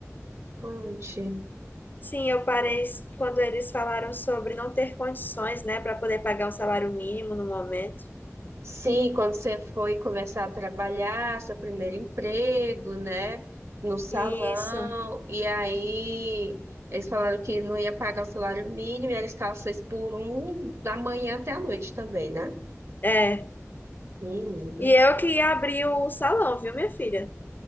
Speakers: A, on the right (about 60°); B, on the left (about 40°).
A: Conte.
B: Sim, eu parei quando eles falaram sobre não ter condições, né, para poder pagar um salário mínimo no momento.
A: Sim, quando você foi começar a trabalhar, seu primeiro emprego, né? No salão,
B: Isso,
A: e aí eles falaram que não ia pagar o salário mínimo, e eles ficavam seis por um da manhã até a noite também, né?
B: é.
A: Meninas.
B: E eu que abri o salão, viu, minha filha?